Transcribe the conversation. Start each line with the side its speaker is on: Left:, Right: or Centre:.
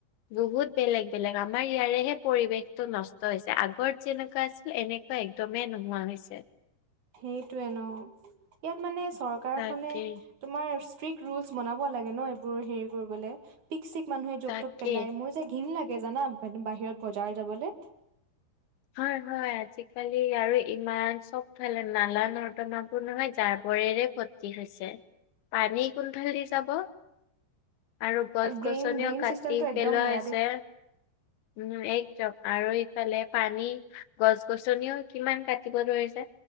Left: বহুত বেলেগ বেলেগ আমাৰ ইয়াৰেহে পৰিৱেশতো নষ্ট হৈছে আগত যেনেকুৱা আছিল এনে কোৱা একদমেই নোহোৱা হৈছে
Right: সেইটোয়ে ন ইয়াত মানে চৰকাৰখনে
Left: তাকে
Right: তোমাৰ ষ্ট্ৰিক্ট ৰুলচ বনাব লাগে ন এইবোৰ হেৰি কৰিবলে পিক চিক মানুহে য'ত
Left: তাকে
Right: ত'ত পেলাই মোৰ যে ঘিন লাগে জানা বাহিৰত বজাৰ যাবলে
Left: হয় হয় আজিকালি আৰু ইমান চবফালে নালা নৰ্দমাবোৰ নহয় জাবৰেৰে ভত তি হৈছে, পানী কোনফালে দি যাব আৰু গছ
Right: ড্ৰেইন
Left: গছনিও
Right: ড্ৰেইন
Left: কাটি
Right: চিষ্টেমটো একদম
Left: পেলোৱা
Right: বেয়া
Left: হৈছে
Right: দেই
Left: উম একদম আৰু ইফালে পানী, গছ গছনিও কিমান কাটিব ধৰিছে